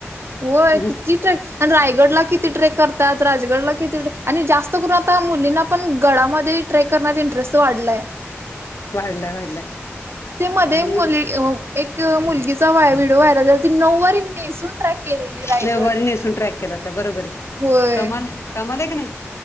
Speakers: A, on the right; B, on the left.
A: होय,
B: हम्
A: किती ट्रेकिं आणि रायगडला किती ट्रेक करतात? राजगडला किती ट्रेक आणि जास्त करून आता मुलींना पण गडामध्ये ट्रेक करण्यात इंटरेस्ट वाढलाय.
B: वाढलाय, वाढलाय
A: ते मध्ये
B: आणि
A: मुली एक मुलगीचा व्हाय व्हिडिओ व्हायरल झाला, ती नऊवारी नेसून ट्रॅक केलेली रायगड
B: नऊवारी नेसून ट्रॅक केला होता, बरोबर.
A: होय
B: कमाल आहे, कमाल आहे की नाही.